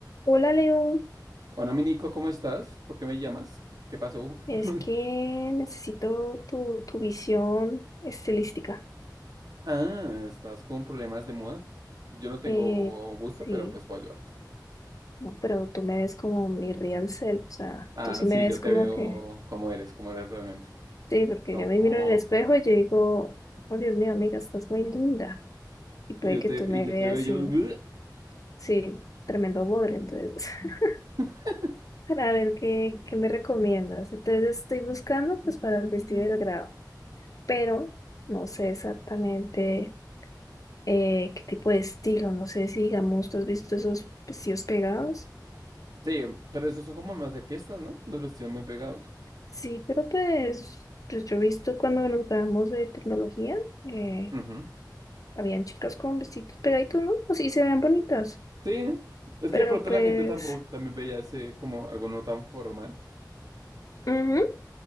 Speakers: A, on the left; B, on the right.
A: Hola Leo,
B: Hola, mi Nico, ¿cómo estás? ¿Por qué me llamas? ¿Qué pasó?
A: es
B: <laughs>
A: que necesito tu, tu visión estilística.
B: Ah, estás con problemas de moda. Yo no tengo
A: Eh,
B: gusto,
A: sí,
B: pero pues puedo ayudarte.
A: no, pero tú me ves como mi real self, o sea,
B: Ah,
A: tú sí
B: sí,
A: me ves
B: yo te
A: como
B: veo
A: que,
B: como eres, como eres realmente.
A: sí, porque
B: Como,
A: yo me
B: como-
A: miro en el espejo y yo digo, oh Dios mío, amiga, estás muy linda. Y puede
B: Y yo
A: que
B: te,
A: tú me
B: y yo
A: veas
B: te veo yo.
A: y,
B: "Ugh".
A: sí, tremendo bodre, entonces, <laughs>
B: <laughs>
A: para ver qué, qué me recomiendas. Entonces estoy buscando pues para el vestido del grado, pero no sé exactamente. eh, qué tipo de estilo, no sé si digamos, ¿tú has visto esos vestidos pegados?
B: Sí, pero esos son como más de fiestas, ¿no? Los vestidos muy pegados.
A: Sí, pero pues, pues yo he visto cuando nos graduamos de tecnología, eh,
B: Ujú.
A: habían chicas con vestidos pegaditos, ¿no? Pues sí, se veían bonitas,
B: Sí, es
A: pero
B: que de pronto
A: pues,
B: la gente tampoco también veía ese como algo no tan formal,
A: ujú,